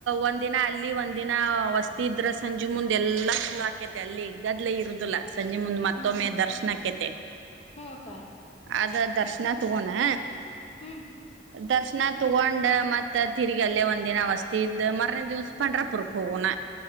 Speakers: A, on the right; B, on the left.
A: ಒಂದಿನ ಅಲ್ಲಿ ಒಂದಿನ ವಸ್ ತಿದ್ರ ಸಂಜೆ ಮುಂದ್ ಎಲ್ಲಾ ಫ್ಲಾ ಕ್ಯತೆ ಅಲ್ಲಿಗದ್ಲೆ ಇರುದಿಲ್ಲಾ. ಸಂಜೆ ಮುಂದ್ ಮತ್ತೊಮ್ಮೆ
B: ಹ್ಮ್
A: ದ ನಕೆತೆ
B: ಹ್ಮ ಅಕ್ಕ
A: ಅ ದ ದರ್ಶನ ತಗೋನಾ.
B: ಹ್ಮ್
A: ದರ್ಶನ ತಗೊಂಡ ಮತ್ತ್ ತಿರ್ಗಿ ಅಲ್ಲೇ ಒಂದ್ ದಿನ ವಸ್ತಿ ಇದ್ದ ಮರನೇ ದಿವ್ಸ ಪಂಡ್ರಾಪುರ್ಕ್ ಹೋಗೋಣ.